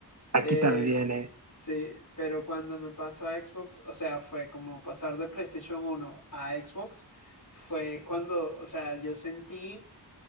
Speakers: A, on the right; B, on the left.
A: Aquí
B: Eh,
A: también, eh.
B: sí, pero cuando me pasó a Xbox, o sea, fue como pasar de PlayStation uno a Xbox, fue cuando, o sea, yo sentí